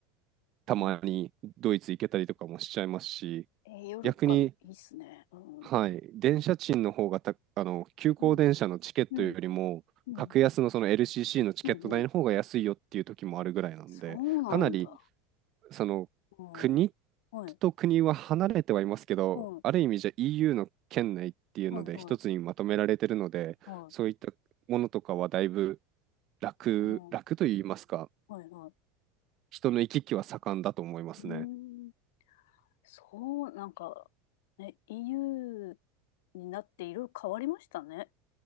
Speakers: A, on the right (about 45°); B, on the left (about 75°).
A: たまにドイツ行けたりとかもしちゃいますし、
B: い。え、え、ヨーロッパいいっすね。
A: 逆に、
B: うん。
A: はい、電車賃の方がた、あの、急行電車のチケットよりも、
B: うん。うん。うん。
A: 格安のその LCC のチケット代の方が安いよっていう時もあるぐらいなんで、
B: うん。うんそうなんだ。
A: かなり、その、
B: うん。
A: 国
B: はい。
A: と国は離れてはいますけど、
B: はい。
A: ある意味じゃ EU の圏内っていうので、
B: はい。はい。
A: 一つにまとめられてるので、
B: はい。
A: そういったものとかはだいぶ楽、
B: うん。
A: 楽と言いますか、
B: はい。はい。
A: 人の行き来は盛んだと思いますね。
B: うん。そう、なんか、ね、EU になっていろいろ変わりましたね。